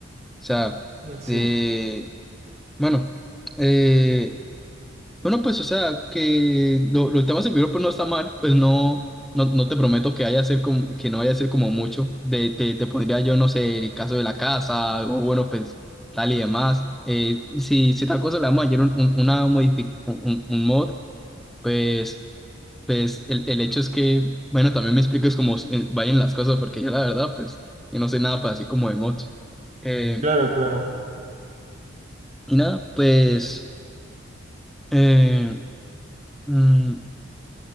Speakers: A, in the centre; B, on the right (about 35°).
A: sea,
B: Sí,
A: de, bueno. eh, Bueno, pues, o sea, que lo, lo estamos en vivo, pues no está mal, pues no, no, no te prometo que vaya a ser como, que no vaya a ser como mucho. De, te, te pondría yo, no sé, el caso de la casa, o bueno, pues tal y demás. Eh, si, si tal cosa le vamos a añadir un, un- una modifi- un, un- un mod, pues, pues el, el hecho es que, bueno, también me expliques cómo eh, vayan las cosas, porque yo la verdad, pues, yo no sé nada para así como de mods. Eh,
B: claro, claro.
A: y nada, pues, eh, mm,